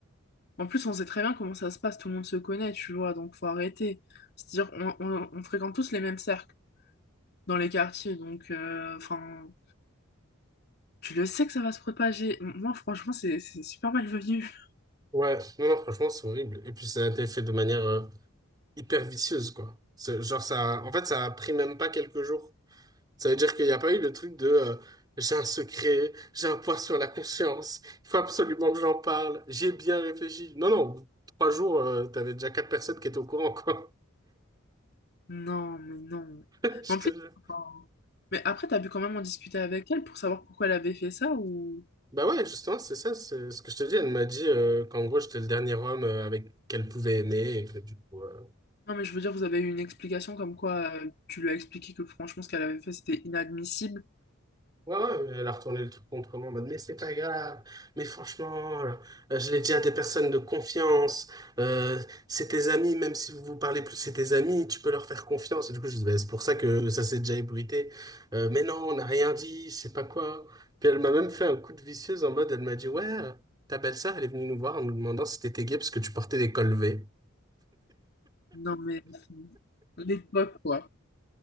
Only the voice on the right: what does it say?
Ouais, non, non, franchement, c'est horrible. Et puis, ça a été fait de manière euh, hyper vicieuse, quoi. C'est- Genre, ça, en fait, ça a pris même pas quelques jours. Ça veut dire qu'il n'y a pas eu le truc de euh, j'ai un secret, j'ai un poids sur la conscience, il faut absolument que j'en parle, j'ai bien réfléchi. Non, non, trois jours, euh, t'avais déjà quatre personnes qui étaient au courant, quoi.
<laughs> Je
te jure.
Bah ouais, justement, c'est ça, c'est ce que je te dis. Elle m'a dit euh, qu'en gros, j'étais le dernier homme euh, avec qu'elle pouvait aimer et que du coup. euh,
Ouais, ouais, elle a retourné le truc contre moi en mode, mais c'est pas grave, mais franchement, euh, je l'ai dit à des personnes de confiance, euh, c'est tes amis, même si vous vous parlez plus, c'est tes amis, tu peux leur faire confiance. Et du coup, je dis, Bah, c'est pour ça que ça s'est déjà ébruité. Euh, mais non, on n'a rien dit, je sais pas quoi. Puis elle m'a même fait un coup de vicieuse en mode, elle m'a dit, ouais, euh, ta belle-sœur, elle est venue nous voir en nous demandant si t'étais gay parce que tu portais des cols V.